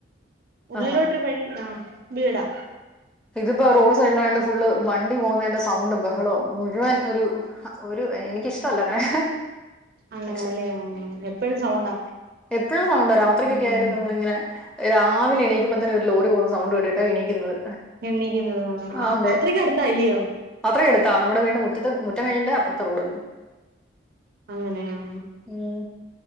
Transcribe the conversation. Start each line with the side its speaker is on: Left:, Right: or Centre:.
Right: ഉള്ളിലോട്ടരു
Centre: ആഹാ
Right: വഴി ആ ബീടാ
Centre: ഇതിപ്പോ റോഡ് സൈഡിലായണ്ട് ഫുള്ള് വണ്ടി പോകുന്നതിന്റെ സൗണ്ടും ബഹളോ മുഴുവൻ ഒരു ഒരു എനക്കിഷ്ടമല്ല അങ്ങനെ
Right: അങ്ങനെല്ലേ
Centre: പക്ഷെ
Right: എപ്പഴും സൗണ്ടാ
Centre: എപ്പോഴും സൗണ്ടാ രാത്രിക്കൊക്കെ
Right: ഉം
Centre: ആയാലും നമ്മളിങ്ങനെ രാവിലെ എണീക്കുമ്പോ തന്നെ ഒരു ലോറി പോകുന്ന സൗണ്ട് കേട്ടിട്ടാ എണീക്കുന്നത്
Right: എണ്ണീക്കുന്നത
Centre: ആ അതെ
Right: അത്രയ്ക്ക അടുത്താല്ലയോ
Centre: അത്രയും അടുത്താ നമ്മുടെ വീടിന്റെ മുറ്റത്ത് മുറ്റം കഴിഞ്ഞിണ്ട് അപ്പറത്തെ റോഡ് വ
Right: അങ്ങനെ ആ
Centre: ഉം